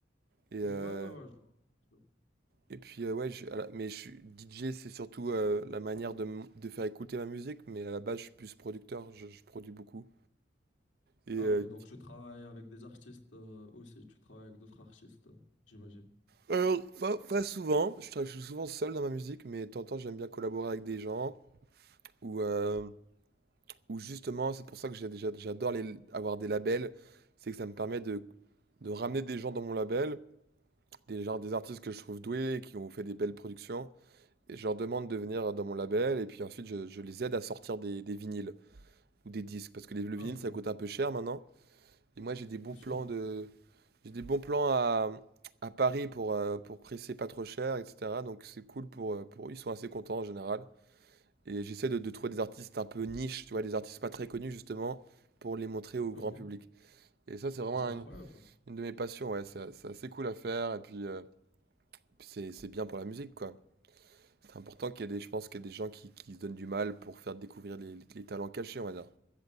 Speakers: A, on the right; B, on the left.
A: Et,
B: Ouais,
A: euh,
B: ouais, ouais. je- je-
A: et puis euh, ouais, je- à la- mais je suis DJ, c'est surtout euh, la manière de, m- de faire écouter ma musique. Mais à la base, je suis plus producteur. Je, je produis beaucoup. Et
B: Ah
A: euh,
B: ok, donc je travaille avec des artistes euh, aussi, tu travailles avec d'autres artistes, euh, j'imagine.
A: Alors, pas, pas souvent. Je, tra- je suis souvent seul dans ma musique, mais de temps en temps, j'aime bien collaborer avec des gens. Ou, euh, ou justement, c'est pour ça que j'ai- j'a- j'adore les, avoir des labels. C'est que ça me permet de, de ramener des gens dans mon label, des, genre, des artistes que je trouve doués, qui ont fait des belles productions. Et je leur demande de venir dans mon label, et puis ensuite, je, je les aide à sortir des, des vinyles ou des disques. Parce que les- le
B: Ah
A: vinyle,
B: ok,
A: ça coûte un peu cher maintenant. Et moi, j'ai des bons
B: c'est
A: plans
B: sûr.
A: de, J'ai des bons plans à, à Paris pour, euh, pour presser pas trop cher, etc. Donc c'est cool pour, euh, pour... Ils sont assez contents en général. Et j'essaie de, de trouver des artistes un peu niche, tu vois, des artistes pas très connus justement, pour les montrer au
B: Ok,
A: grand public. Et ça, c'est vraiment
B: Ah, c'est incroyable
A: une,
B: ça.
A: une de mes passions, ouais. C'est c'est assez cool à faire, et puis, euh, c'est c'est bien pour la musique, quoi. C'est important qu'il y ait des, je pense qu'il y ait des gens qui, qui se donnent du mal pour faire découvrir les, les- les talents cachés, on va dire.